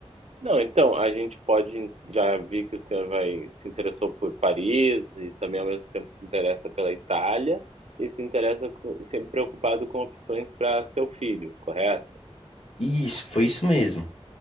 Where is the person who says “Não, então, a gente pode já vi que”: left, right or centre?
Right